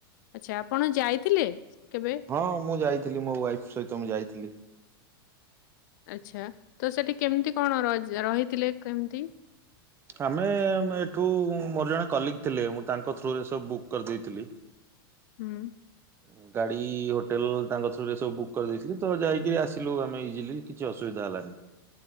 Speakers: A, on the left; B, on the right.
A: ଆଚ୍ଛା ଆପଣ ଯାଇଥିଲେ କେବେ?
B: ହଁ ମୁଁ ଯାଇଥିଲି ମୋ ୱାଇଫ ସହିତ ମୁଁ ଯାଇଥିଲି।
A: ଆଛା ତସେଠି କେମିତି କଣ ର ରହିଥିଲେ କେମିତି?
B: ଆମେ ଏଠୁ ମୋର ଜଣେ କଲିକ୍ ଥିଲେ ମୁଁ ତାଙ୍କ ଥ୍ରୁରେ ସବୁ ବୁକ୍ କରିଦେଇଥିଲି। <inaudible>
A: ହୁଁ।
B: ହୁ‌। ଗାଡ଼ି ହୋଟେଲ୍ ତାଙ୍କ ଥ୍ରୁରେ ସବୁ ବୁକ୍ କରିଦେଇଥିଲି ତଯାଇକିରି ଆସିଲୁ ଆମେ ଇଜିଲି କିଛି ଅସୁବିଧା ହେଲାନି।